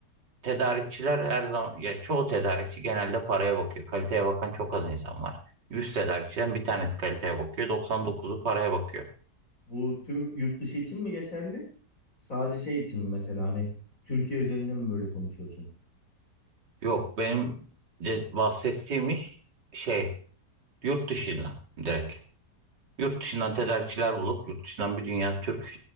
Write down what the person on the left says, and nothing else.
Bu tüm yurt dışı için mi geçerli? Sadece şey için mi mesela hani Türkiye özelinde mi böyle konuşuyorsun?